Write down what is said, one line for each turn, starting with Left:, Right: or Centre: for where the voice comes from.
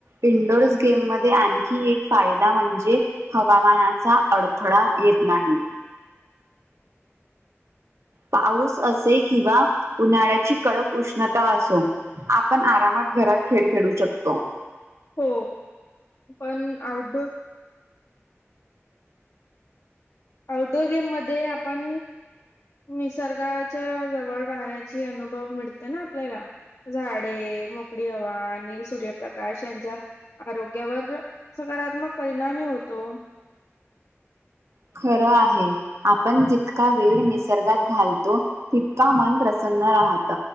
Right: इंडोर्स गेममध्येध्ये आणखी एक फायदा म्हणजे हवामानाचा अडथळा येत नाही पाऊस असे किंवा उन्हाळ्याची कडक उष्णता असो आपण आरामात घरात खेळ खेळू शकतो
Left: हो पण आउटडोर आऊटडोअर गेम मध्ये आपण निसर्गाच्या जवळ राहण्याची अनुभव मिळते ना आपल्याला झाडे मोकळी हवा आणि सूर्यप्रकाश यांचा आरोग्यावर सकारात्मक परिणामी होतो
Right: खरं आहे आपण जितका वेळ निसर्गात घालतो तितका मन प्रसन्न राहत